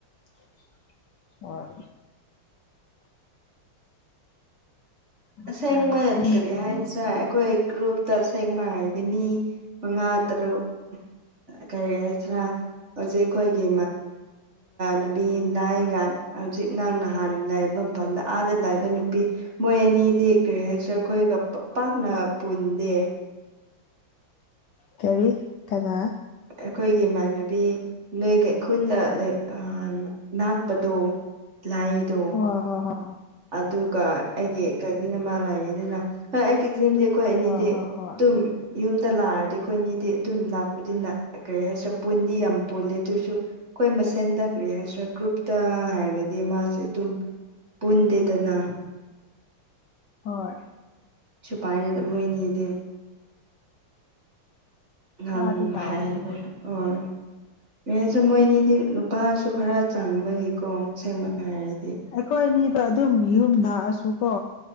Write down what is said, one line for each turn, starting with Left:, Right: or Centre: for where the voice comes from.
Left: <inaudible> ꯑꯣ ꯃꯇꯝꯁꯦ
Right: ꯑꯁꯦꯡꯕ ꯀꯔꯤ ꯍꯥꯏꯁꯤꯔꯦ ꯑꯩꯈꯣꯏ ꯒ꯭ꯔꯨꯞ ꯇꯁꯦꯡꯕ ꯍꯥꯏꯗꯤ ꯃꯤ ꯃꯉꯥ ꯇꯔꯨꯛ ꯀꯔꯤ ꯍꯥꯏꯁꯤꯔ ꯍꯧꯖꯤꯛ ꯑꯩꯈꯣꯏꯒꯤ ꯅꯨꯄꯤ ꯂꯅꯥꯏꯒ ꯍꯧꯖꯤꯛ ꯅꯪ ꯅꯍꯥꯟ ꯂꯕ ꯃꯐꯝꯗ ꯑꯥꯗ ꯂꯥꯛꯕ ꯅꯨꯄꯤ ꯃꯣꯏ ꯑꯅꯤꯗꯤ ꯀꯔꯤ ꯍꯥꯏꯁꯤꯔꯦ ꯑꯩꯈꯣꯏꯒ ꯄꯥꯛꯅ ꯄꯨꯟꯗꯦ
Left: ꯀꯔꯤ ꯀꯅꯥ
Right: ꯑꯩꯈꯣꯏꯒꯤ ꯏꯃꯥꯟꯅꯕꯤ ꯅꯣꯏꯒ ꯏ ꯈꯨꯨꯟꯗ ꯉꯅꯥꯥꯛꯄꯗꯣ ꯂ ꯇꯣ
Left: ꯍ ꯍꯣꯏ ꯍ
Right: ꯑꯗꯨꯒ ꯑꯩꯒꯤ ꯀꯖꯤꯅ ꯃꯥ ꯂꯩꯔꯤꯗꯅ ꯍꯣꯏ ꯑꯩ ꯀꯦꯖꯤꯝꯗꯤꯦ ꯑꯩꯣꯏ
Left: ꯍꯣꯏ
Right: ꯑꯅꯤꯗꯤ
Left: ꯍꯣꯏ
Right: ꯑꯗꯨꯝ
Left: ꯍꯣꯏ ꯍꯣꯏ
Right: ꯌꯨꯝꯗ ꯂꯥꯛꯑꯗꯤ ꯑꯩꯈꯣꯏꯅꯤꯗꯤ ꯑꯗꯨꯝ ꯂꯥꯛꯄꯗꯤꯅ ꯀꯔꯤ ꯍꯥꯏꯁꯦ ꯄꯨꯟꯗꯤ ꯌꯥꯝ ꯄꯨꯂꯦ ꯑꯗꯨꯔꯁꯨ ꯑꯩꯈꯣꯏ ꯃꯁꯦꯟꯗꯈ꯭ꯔꯦ ꯍꯥꯏꯁꯤꯔꯥ ꯒ꯭ꯔꯨꯞꯇ ꯍꯥꯏꯔꯒꯗꯤ ꯃꯥꯁꯦ ꯑꯗꯨꯝ ꯄꯨꯟꯗꯦꯗꯅ
Left: ꯍꯣꯏ
Right: ꯁꯨꯄꯥꯏꯅ ꯃꯣꯏꯅꯤꯗꯤ ꯅꯍꯪ
Left: ꯈꯔꯗꯤ ꯇꯥꯎꯕꯅꯦ
Right: ꯍꯥꯏꯕ
Left: ꯍꯣꯏ
Right: ꯑꯣ ꯃꯁꯨ ꯃꯣꯏꯅꯤꯗꯤ ꯅꯨꯄꯥꯁꯨ ꯈꯔ ꯆꯪꯕꯒꯤ ꯀꯣ ꯁꯦꯝꯃ ꯍꯥꯏꯔꯗꯤ
Left: ꯑꯩꯈꯣꯏ ꯑꯅꯤꯗ ꯑꯗꯨꯝ ꯌꯨꯝ ꯊꯥꯛꯑꯁꯨꯀꯣ